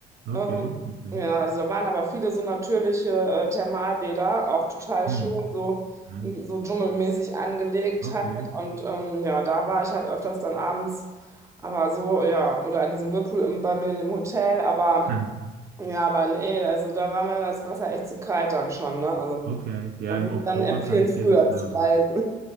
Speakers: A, on the right; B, on the right.
A: Okay,
B: Ähm,
A: okay.
B: ja, also da waren aber viele so natürliche äh, Thermalbäder, auch total
A: Hm.
B: schön, so,
A: Nice.
B: mm, so dschungelmäßig angelegt
A: Okay.
B: halt. Und ähm, ja, da war ich halt öfters dann abends, aber so, ja, oder in diesem Whirlpool im, bei mir in dem Hotel, aber
A: Hm.
B: ja, aber nee, also da war mir das Wasser echt zu kalt dann schon, ne? Also.
A: Okay. Ja,
B: Da
A: im
B: würde
A: Oktober
B: ich dann empfehlen,
A: kann ich
B: früher
A: dir das glauben.
B: zu reisen.